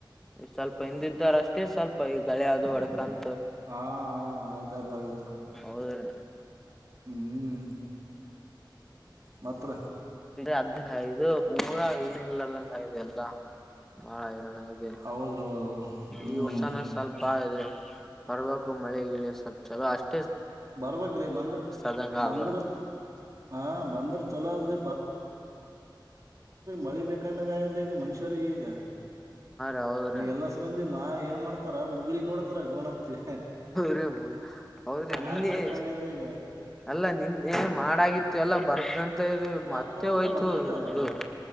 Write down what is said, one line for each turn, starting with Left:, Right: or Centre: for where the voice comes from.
Centre: ಸ್ವಲ್ಪ ಹಿಂದ ಇದ್ದಾರ ಅಷ್ಟೇ ಸ್ವಲ್ಪ ಈ ಗಳೆ ಅದು ಹೊಡಕನ್
Right: ಹಾ ಆ ಟೈಪ್ ಆಗೇತ್
Centre: ಹೌದ್ರಿ
Right: ಹ್ಮ್ ಮಾತ್ರ
Centre: ಅದ್ ಇದು ಪೂರಾ ಏನ ಇಲ್ಲಾರ್ದಂಗ ಇದೆ ಎಲ್ಲ ಬಾಳ ಹರಣ ಇದೆ
Right: ಹೌದ್ರಿ ಹೌದ್ರಿ ಹ್ಮ್
Centre: ಈ ಹೊಸನ ಸ್ವಲ್ಪ ಇದೆ ಬರ್ಬೇಕಕು ಮಳೆ ಇ ಸ್ವಲ್ಪ ಚಲೋ ಅಷ್ಟ
Right: ಬರ್ಬೇಕ್ರೀ ಬಂದ್ರ
Centre: ಆದಂಗ
Right: ಬಂದ್ರ
Centre: ಆಗ್ಬಾರ್ದು
Right: ಹ ಬಂದ್ರ ಚಲೋ ಆದದ್ರಿ ಮಳಿ ಬೇಕಾಗನಾಗ ಆಗದ್ರಿ ಈಗ ಮನುಷ್ಯರಿಗ ಈಗ
Centre: ಹೌದ ಹಾ
Right: ಎಲ್ಲಸ್ ಮಂದಿ ಮಾ ಏನ್ ಮಾಡ್ತಾರ ಮುಗುಳಗ್ ನೋಡ್ತಾರ ಗೋಣತ್ತಿ
Centre: ರೀ ಹೌದ್ರಿ ಹೌದ್ರಿದ ನಿನ್ನೆ
Right: ಆ ಟೈಪ್ ಆಗ್ಯದ್ರಿ ಈಗ
Centre: ಅಲ್ಲ ನಿನ್ನೆ ಮಾಡಾಗಿತ್ತು ಎಲ್ಲ ಬರ್ಬ
Right: ಬರ್ತದ
Centre: ತ್ತೆ
Right: ಅಂದ್ರ
Centre: ಹೋಯ್ತು
Right: ಬರ್ಲಿರಿ ಅದ
Centre: ಇದು